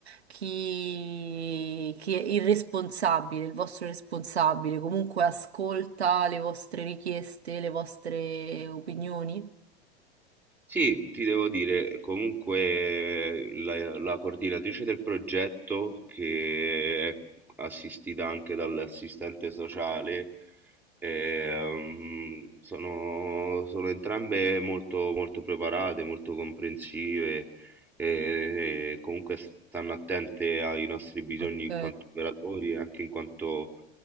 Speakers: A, on the right; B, in the centre.
A: chi, chi è il responsabile, il vostro responsabile, comunque ascolta le vostre richieste, le vostre opinioni?
B: Sì, ti devo dire, comunque la, la coordinatrice del progetto, che è assistita anche dall'assistente sociale, ehm, sono, sono entrambe molto, molto preparate, molto comprensive e, e comunque stanno attente ai nostri bisogni
A: Ok.
B: in quanto operatori e anche in quanto,